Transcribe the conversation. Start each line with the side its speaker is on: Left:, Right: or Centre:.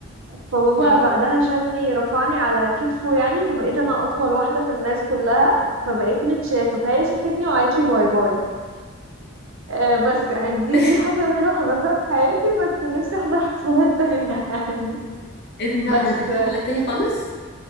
Right: فبابا
Left: اه
Right: بعدها شالني رفعني على كتفه يعني فبقيت انا اطول واحده في الناس كلها فبقيت متشافه فهي شافتني وقالت لي باي باي آه، بس يعني دي
Left: <laughs>
Right: دي الحفلة الوحيدة اللي حضرتها في حياتي بس نفسي أحضر <laughs> حفلات تانية يعني
Left: ايه ده ما
Right: بس
Left: حضرتيش حفلات تاني خالص؟